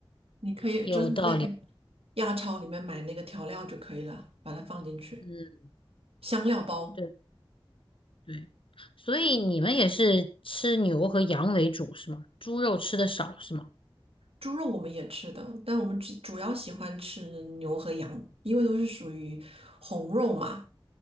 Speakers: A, on the right; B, on the left.
A: 你可以就是在
B: 有道理，
A: 亚超里面买那个调料就可以了，把它放进去，
B: 嗯。
A: 香料包。
B: 对。对，所以你们也是吃牛和羊为主是吗？猪肉吃的少是吗？
A: 猪肉我们也吃的，但我们只主要喜欢吃牛和羊，因为都是属于红肉嘛，